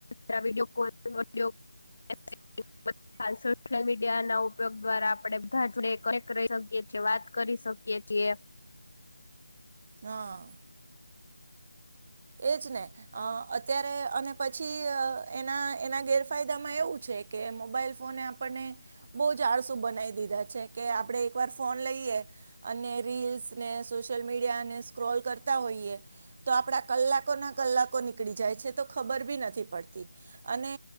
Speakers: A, on the left; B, on the right.
A: પેલા વિડીયો કોલ
B: <inaudible>
A: <unintelligible> હ સોશિયલ મીડિયાના ઉપયોગ દ્વારા આપડણે બધા જોડે રહી શકીએ છીએ, વાત કરી શકીએ છીએ.
B: હા એ જ ને અત્યારે અને પછી એના એના ગેરફાયદામાં એવું છે. કે મોબાઈલ ફોન આપણને બહુ જ જાળસુ બનાવી દીધા છે કે આપણે એક વાર ફોન લઈએ. અને રીલ્સને, સોશિયલ મીડિયા ને સ્ક્રોલ કરતા હોઈએ તો આપડા કલાકોના કલાકો નીકળી જાય છે તો ખબર ભી નથી પડતી અને